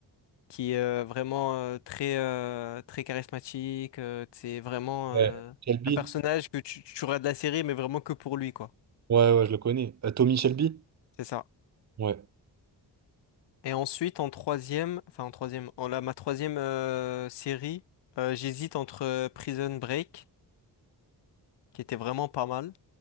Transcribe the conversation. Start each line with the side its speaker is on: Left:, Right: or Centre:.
Left: qui est euh, vraiment euh, très euh, très charismatique. euh, c'est vraiment
Right: Ouais.
Left: euh,
Right: Shelby?
Left: un personnage que tu, tu auras de la série, mais vraiment que pour lui, quoi.
Right: Ouais, ouais, je le connais. Euh, Tommy Shelby?
Left: C'est ça.
Right: Ouais.
Left: Et ensuite, en troisième, enfin en troisième, en la ma troisième euh, série, euh, j'hésite entre euh, Prison Break, qui était vraiment pas mal,